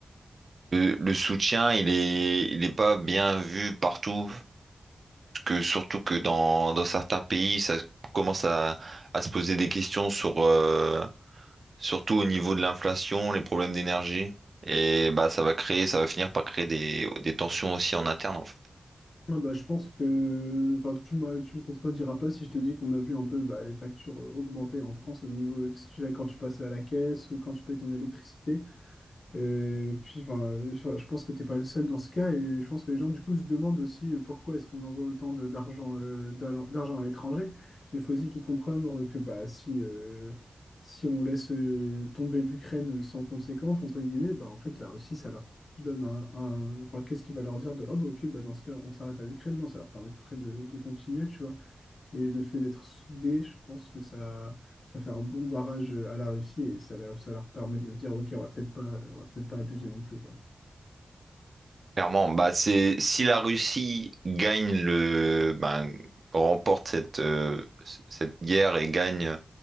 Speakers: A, on the right; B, on the left.
A: Le, le soutien, il est, il est pas bien vu partout. Que, surtout que dans, dans certains pays, ça commence à, à se poser des questions sur, euh, surtout au niveau de l'inflation, les problèmes d'énergie. Et bah, ça va créer, ça va finir par créer des, des tensions aussi en interne, en fait.
B: Ouais, bah, je pense que enfin, tu me, tu me contrediras pas si je te dis qu'on a vu un peu bah, les factures euh, augmenter en France au niveau, que ce soit quand tu passes à la caisse ou quand tu payes ton électricité. Euh, puis, enfin, je je pense que t'es pas le seul dans ce cas, et je pense que les gens, du coup, se demandent aussi euh, pourquoi est-ce qu'on envoie autant de- d'argent euh, d'al- d'argent à l'étranger. Mais il faut aussi qu'ils comprennent que bah, si, euh, si on laisse euh, tomber l'Ukraine sans conséquence, entre guillemets, bah, en fait, la Russie, ça leur donne un... un- Enfin, qu'est-ce qui va leur dire de, oh, bah, ok, bah, dans ce cas, on s'arrête à l'Ukraine? Non, ça leur permettrait de, de continuer, tu vois. Et le fait d'être soudé, je pense que ça, ça fait un bon barrage à la Russie et ça, leur- ça leur permet de se dire, OK, on va peut-être pas, on va peut-être pas abuser non plus, quoi.
A: Clairement, bah c'est si la Russie gagne le ben, remporte cette, euh, c- cette guerre et gagne